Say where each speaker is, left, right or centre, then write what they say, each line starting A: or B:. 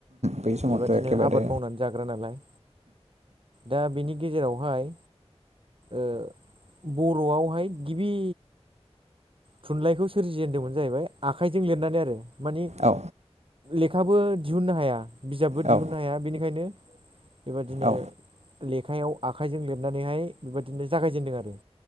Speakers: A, on the right (about 80°); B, on the right (about 55°).
A: बै समावथ'
B: बेबादिनो
A: एखेबारे
B: आबाद मावनानै जाग्रा नालाय दा बेनि गेजेरावहाय ओ बर'आवहाय गिबि थुनलाइखौ सोरजिनदोंमोन जाहैबाय आखाइजों लिरनानै आरो मानिे
A: औ
B: लेखाबो दिहुननो हाया बिजाबबो
A: औ
B: दिहुननो हाया बेनिखायनो। बेबायादिनो
A: औ
B: लेखायाव आखाइजों लिरनानैहाय बेबायदिनो जागायजेनदों आरो